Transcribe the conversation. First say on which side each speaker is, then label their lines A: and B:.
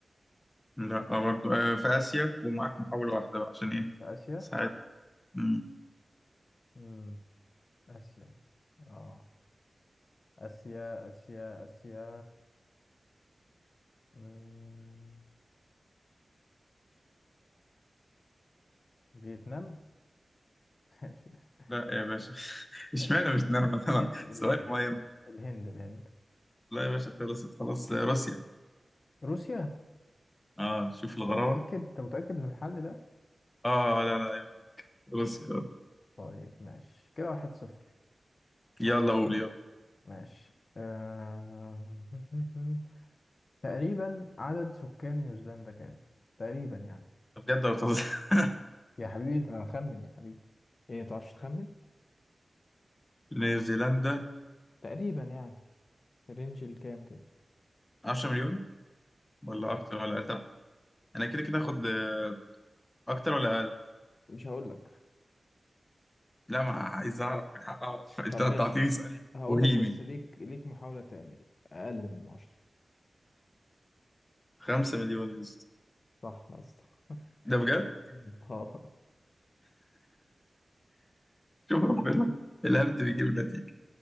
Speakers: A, on the left; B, on the left.
A: لا برضه آه في آسيا ومعاك محاولة واحدة بقى عشان إيه
B: في آسيا
A: ساعات مم.
B: مم. آسيا آه آسيا آسيا آسيا مم. فيتنام <laughs>
A: لا يا باشا <laughs> اشمعنى
B: الهند
A: مش نرمى
B: الهند
A: <laughs>
B: الهند
A: سؤال مهم
B: الهند الهند
A: لا يا باشا خلصت خلاص آه، روسيا
B: روسيا
A: اه شوف الغرابة
B: أنت متأكد أنت متأكد من الحل ده؟
A: اه لا لا عيب عليك روسيا آه.
B: طيب ماشي كده واحد صفر
A: يلا قول يلا
B: ماشي آه... <laughs> تقريبا عدد سكان نيوزيلندا كام؟ تقريبا يعني
A: بجد ولا بتهزر؟ <laughs>
B: يا حبيبي أنت خمن يا حبيبي إيه ما تعرفش تخمن؟
A: نيوزيلندا
B: تقريبا يعني في رينج الكام كده
A: 10 مليون ولا
B: لا
A: اكتر ولا أقل؟ طب انا كده كده هاخد آه، اكتر ولا أقل؟
B: مش هقول لك
A: لا ما عايز اعرف من حق اعرف <laughs> انت
B: طب
A: بتعطيني
B: ماشي
A: سؤال
B: هقول
A: بوهيمي
B: لك بس ليك ليك محاولة تاني أقل من عشرة
A: 5 مليون يا اسطى
B: صح يا اسطى <laughs>
A: ده بجد
B: اه
A: شوف ربنا الهبد بيجيب النتيجة